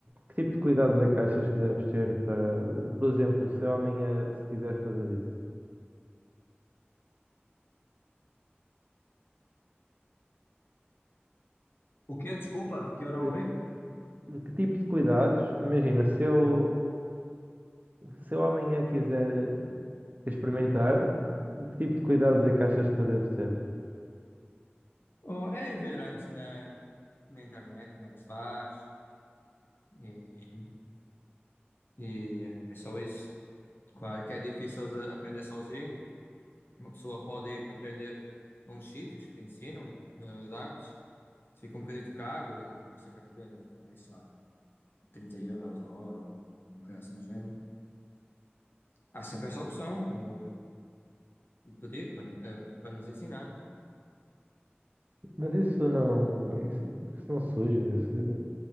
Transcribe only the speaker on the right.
que tipo de cuidados é que achas que deves ter para, por exemplo, se eu amanhã se quiser fazer isso,
eh,
que tipo de cuidados? Imagina, se eu se eu amanhã quiser experimentar, que tipo de cuidados é que achas que eu devo ter?
Mas isso não, isso, isso não suja, isso,